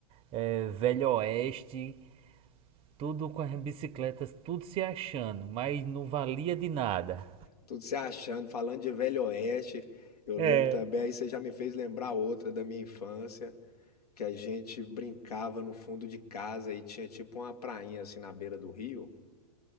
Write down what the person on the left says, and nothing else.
tudo se achando, falando de Velho Oeste. Eu
lembro também, aí você já me fez lembrar outra da minha infância. que a gente brincava no fundo de casa e tinha tipo uma prainha assim na beira do rio.